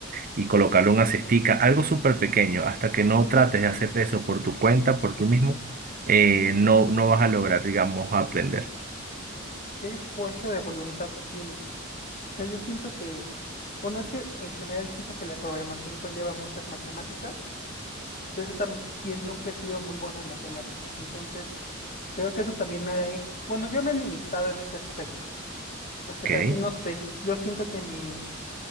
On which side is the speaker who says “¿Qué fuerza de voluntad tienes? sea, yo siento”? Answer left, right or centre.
Left